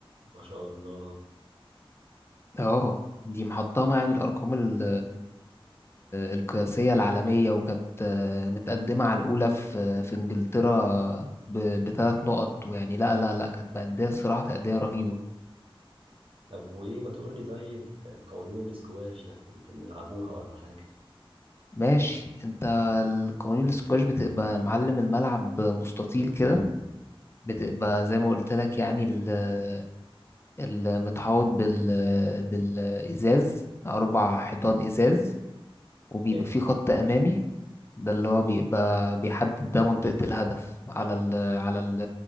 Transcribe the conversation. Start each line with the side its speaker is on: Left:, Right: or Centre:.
Right: ما شاء الله
Left: اه دي محطمة يعني الأرقام ال- القياسية العالمية وكانت آه، متقدمة على الأولى في في إنجلترا بثلاث نقط ويعني لا لا لا كانت مأدية الصراحة تأدية رهيبة
Right: طب وايه ما تقول لي طيب قوانين الاسكواش ده يمكن نلعبوها ولا حاجه
Left: ماشي انت القوانين السكواش بتبقى معلم الملعب مستطيل كده بتبقى زي ما قلت لك يعني ال- المتحوط بال بالإزاز أربع حيطان إزاز وبيبقى
Right: حلو
Left: في خط امامي ده اللي هو بيبقى بيحدد ده منطقة الهدف على ال على ال